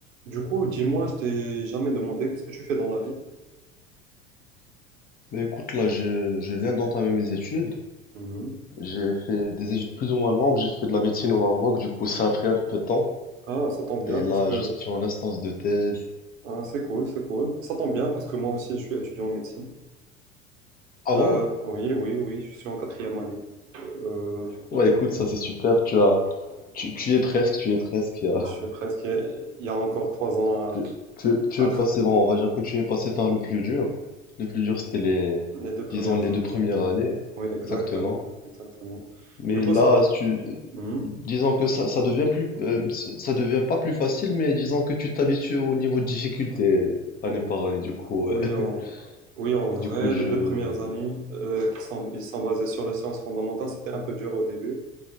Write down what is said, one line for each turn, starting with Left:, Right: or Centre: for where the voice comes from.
Right: Du coup, dis-moi, je t'ai jamais demandé qu'est-ce que tu fais dans la vie?
Left: Bah écoute, là, je, je viens d'entamer mes études.
Right: Mhm.
Left: J'ai fait des études plus ou moins longues. J'ai fait de la médecine au Maroc, du coup, ça a pris un peu de temps.
Right: Ah, ça tombe bien
Left: Et
Right: parce
Left: là,
Right: que
Left: je suis en instance de thèse.
Right: ah, c'est cool, c'est cool. Ça tombe bien parce que moi aussi, je suis étudiant en médecine.
Left: Ah
Right: Euh,
Left: bon?
Right: oui, oui, oui, je suis en quatrième année. Euh, euh, du coup,
Left: Ouais, écoute, ça c'est super. Tu as, tu, tu y es presque, tu y es presque. y a-
Right: je suis presque. Il y a encore trois ans
Left: <laughs>
Right: à,
Left: Tu, tu, tu es
Right: à
Left: passé,
Right: tra-
Left: bon, on va dire que tu es passé par le plus dur. Le plus dur, c'était les,
Right: les deux premières
Left: disons, les
Right: années.
Left: deux premières années.
Right: Oui, exactement,
Left: Exactement.
Right: exactement.
Left: Mais
Right: Du coup,
Left: là,
Right: c'est-
Left: si tu,
Right: mhm.
Left: disons que ça, ça devient plus, euh, c- ça devient pas plus facile, mais disons que tu t'habitues au niveau de difficulté année
Right: Oh,
Left: par année. Du coup,
Right: oui,
Left: ouais. <laughs>
Right: en, oui, en vrai,
Left: Du coup, je,
Right: les deux premières années euh, qui sont, ils sont basées sur les sciences fondamentales, c'était un peu dur au début.